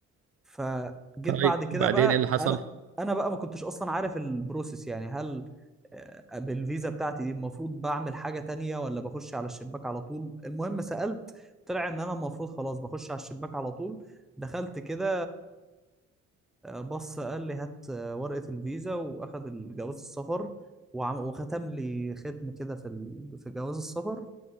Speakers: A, in the centre; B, on the right.
A: فجيت
B: طيب
A: بعد كده
B: وبعدين
A: بقى
B: ايه اللي حصل
A: انا انا بقى ما كنتش اصلا عارف البروسيس يعني هل آه، بالفيزا بتاعتي دي المفروض بعمل حاجة تانية ولا بخش على الشباك على طول المهم سألت طلع ان انا المفروض خلاص بخش على الشباك على طول دخلت كده بص قال لي هات آه، ورقة الفيزا وأخد الجواز السفر وعم وختم لي ختم كده في ال... في جواز السفر